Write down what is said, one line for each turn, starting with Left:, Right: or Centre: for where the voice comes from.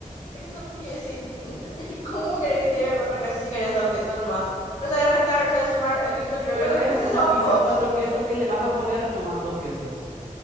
Left: Y no tiene. sí. <laughs> ¿Y cómo crees que tiene cuatro quesos si querés dos quesos nomás? No sabes restar, no sabes sumar. El que no terminó el
Right: Pero
Left: colegio,
Right: es
Left: pero ese
Right: una
Left: sos
Right: pizza
Left: vos.
Right: cuatro quesos que le vas a poner nomás dos quesos.